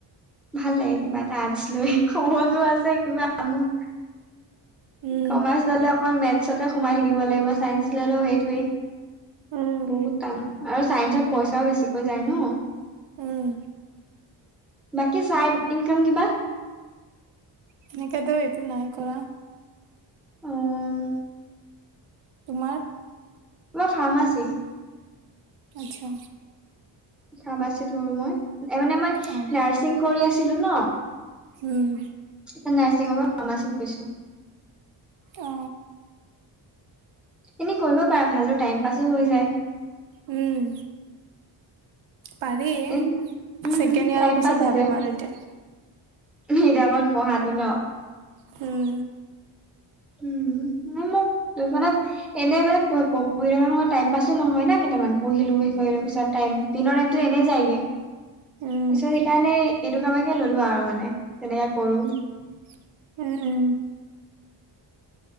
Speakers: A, in the centre; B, on the right (about 80°).
A: ভাল লাগে কিবা এটা আৰ্টছ লৈ, সহজো আছে কিবা‌ আৰু।
B: উম
A: কমাৰ্চ ল'লে অকল মেটছতে সোমাই থাকিব লাগিব ছাইন্স ললেও সেইটোৱেই।
B: উম
A: বহুত টান আৰু চাইন্সত পইচাও বেছিকৈ যায় ন।
B: উম
A: বাকী চাইড ইনকাম কিবা
B: তেনেকে তো একো নাই কৰা।
A: উম
B: তোমাৰ
A: মই ফাৰ্মাচী
B: আচ্ছা
A: ফাৰ্মাছিত‌‌ ললো মই, এ মানে মই
B: অ
A: নাৰ্ছিং কৰি আছিলো ন!
B: উম,
A: এতিয়া নাচিং ৰুমৰ ফাৰ্মাছিত কৰিছো।
B: অ,
A: এনে কৰিব পাৰা, ভালো টাইম পাছো হৈ যায়।
B: উম, পাৰি
A: এ উম
B: ছেকেণ্ড ইয়াৰ
A: টাইম
B: পিছত
A: পাছ হৈ
B: ভাবিম
A: যায়
B: আৰু এতিয়া।
A: এতিয়া অকল পঢ়াতটো ন।
B: হম,
A: উম তুমি মোক দুখনত এনে মানে ক পঢ়ি থকা সময় টাইম পাছো নহয় না কেইটামান পঢ়িলো কৈ পিছত টাইম দিনৰ টাইমতটো এনেই যায়গে।
B: উম
A: পিছত সেইকাৰণে এইটো কামকে ললো আৰু মানে তেনেকে কৰোঁ।
B: উম, উম।